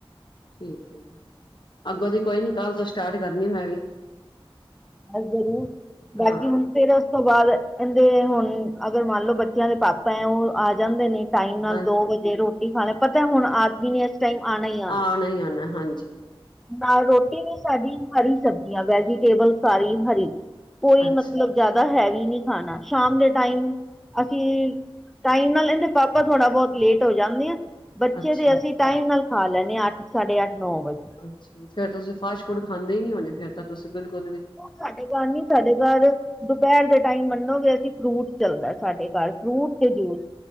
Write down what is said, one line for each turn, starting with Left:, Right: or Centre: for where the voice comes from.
Left: ਠੀਕ ਹੈ ਜੀ ਅੱਗੋਂ ਤੋ ਕੋਈ ਨੀ ਕੱਲ ਤੋਂ ਸਟਾਰਟ ਕਰਨੀ ਆ ਮੈਂ ਵੀ।
Centre: ਹਾਂ ਜ਼ਰੂਰ ਬਾਕੀ
Left: ਹਾਂ
Centre: ਹੁਣ ਫੇਰ ਉਸ ਤੋਂ ਬਾਦ ਏਂਦੇ ਹੁਣ ਅਗਰ ਮੰਨ ਲਓ ਬੱਚਿਆਂ ਦੇ ਪਾਪਾ ਐ ਉ ਆ ਜਾਂਦੇ ਨੇ ਟਾਈਮ ਨਾਲ
Left: ਹਾਂ
Centre: ਦੋ ਵਜੇ ਰੋਟੀ ਖਾ ਲੈ ਪਤਾ ਹੁਣ ਆਦਮੀ ਨੇ ਇਸ ਟਾਈਮ ਆਣਾ ਹੀ
Left: ਆਣਾ ਈ ਆਣਾ ਹਾਂਜੀ
Centre: ਨਾਲ ਰੋਟੀ ਵੀ ਸਾਡੀ ਹਰੀ ਸਬਜ਼ੀਆਂ ਵੈਜੀਟੇਬਲ ਸਾਰੀ ਹਰੀ ਕੋਈ
Left: ਅੱਛਾ
Centre: ਮਤਲਬ ਜ਼ਾਦਾ ਹੈਵੀ ਨੀ ਖਾਨਾ ਸ਼ਾਮ ਦੇ ਟਾਈਮ ਅਸੀਂ ਟਾਈਮ ਨਾਲ ਇੰਦੇ ਪਾਪਾ ਥੋੜ੍ਹਾ ਬੋਤ ਲੇਟ ਹੋ ਜਾਂਦੇ ਏ ਬੱਚੇ
Left: ਅੱਛਾ
Centre: ਦੇ ਅਸੀਂ ਟਾਈਮ ਨਾਲ ਖਾ ਲੈਂਨੇ ਆ ਅੱਠ ਸਾਢੇ ਅੱਠ ਨੌ ਵਜੇ
Left: ਅੱਛਾ ਫੇਰ ਤਾ ਤੁਸੀਂ ਫਾਸਟ ਫੂਡ ਖਾਂਦੇ ਈ ਨੀ ਹੋਨੇ ਫੇਰ ਤਾਂ ਤੁਸੀਂ ਬਿਲਕੁਲ ਵੀ
Centre: ਤੁਹਾਡੇ ਘਰ ਨੀ ਸਾਡੇ ਘਰ ਦੁਪੇਰ ਦੇ ਟਾਈਮ ਮੰਨੋਗੇ ਅਸੀਂ ਫਰੂਟ ਚੱਲਦਾ ਏ ਸਾਡੇ ਘਰ ਫਰੂਟ ਤੇ ਜੂਸ